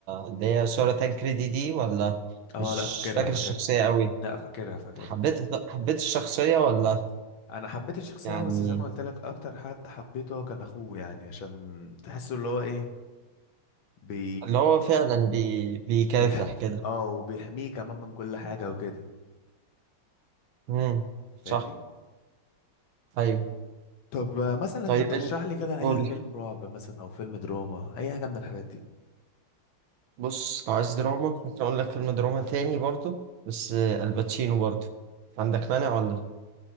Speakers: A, on the right; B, on the left.
A: اللي هي سارة تانكريدي دي ولا
B: اه
A: مش
B: لا فاكرها
A: فاكر
B: فاكرها
A: الشخصية قوي
B: لا فاكرها فاكرها
A: حبيت حبيت الشخصية ولا
B: انا حبيت الشخصيه
A: يعني
B: بس زي ما قلت لك اكتر حد حبيته هو كان اخوه يعني عشان تحسه اللي هو ايه بي
A: اللي هو فعلا بي... بيكافح
B: بيح
A: كده
B: اه وبيحميه كمان من كل حاجه وكده
A: امم
B: فاهمني
A: صح ايوه
B: طب آه، مثلا
A: طيب
B: ما ترشح
A: انت
B: لي كده
A: قول
B: اي
A: لي
B: فيلم رعب مثلا او فيلم دراما اي حاجه من الحاجات دي
A: بص لو عايز دراما ممكن اقول لك فيلم دراما تاني برضه بس آه، الباتشينو برضه عندك مانع ولا